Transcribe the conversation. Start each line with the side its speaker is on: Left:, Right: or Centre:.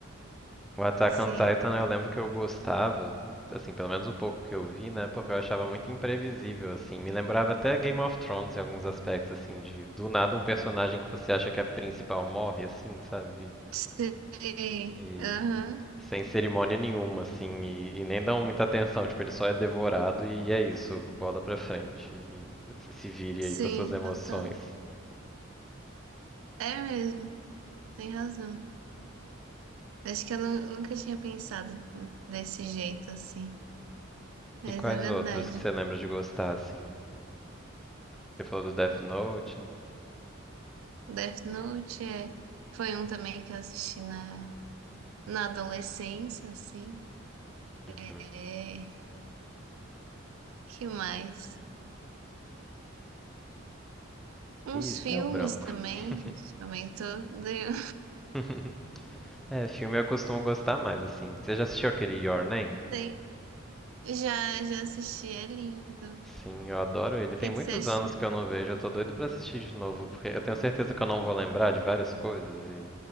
Centre: O Attack
Right: Sim.
Centre: on Titan eu lembro que eu gostava, assim, pelo menos o pouco que eu vi, né? Porque eu achava muito imprevisível, assim. Me lembrava até Game of Thrones em alguns aspectos, assim, de do nada um personagem que você acha que é principal morre, assim, sabe?
Right: Sim.
Centre: E
Right: Aham.
Centre: sem cerimônia nenhuma, assim, e, e nem dão muita atenção. Tipo, ele só é devorado e é isso, bola pra frente. E se vire aí
Right: Sim,
Centre: com as suas emoções.
Right: total. É mesmo, tem razão. Acho que eu nu- nunca tinha pensado desse jeito, assim. Mas
Centre: E quais
Right: é verdade.
Centre: outros que você lembra de gostar, assim? Você falou do Death Note, né?
Right: Death Note é. Foi um também que eu assisti na, na adolescência, assim.
Centre: Uhum.
Right: É. Que mais? Uns
Centre: Ih,
Right: filmes
Centre: deu branco.
Right: também,
Centre: <laughs>
Right: que a gente comentou. Deu.
Centre: <laughs> É, filme eu costumo gostar mais, assim. Você já assistiu aquele Your Name?
Right: <laughs> Tem. Já, já assisti, é lindo.
Centre: Sim, eu adoro ele.
Right: O
Centre: Tem
Right: que
Centre: muitos
Right: que você acha?
Centre: anos que eu não vejo, eu tô doido pra assistir de novo, porque eu tenho certeza que eu não vou lembrar de várias coisas e